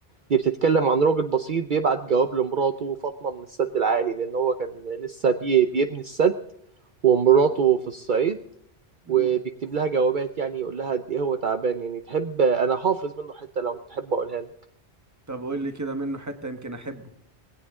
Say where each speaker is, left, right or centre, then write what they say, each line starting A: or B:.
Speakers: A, on the right (about 50°); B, on the right (about 15°).
A: دي بتتكلم عن راجل بسيط بيبعت جواب لمراته فاطمة من السد العالي لان هو كان لسه بي بيبني السد ومراته في الصعيد
B: مم.
A: وبيكتب لها جوابات يعني يقول لها قد ايه هو تعبان يعني تحب انا حافظ منه حتة لو تحب اقولها لك
B: طب قول لي كده منه حتة يمكن احبه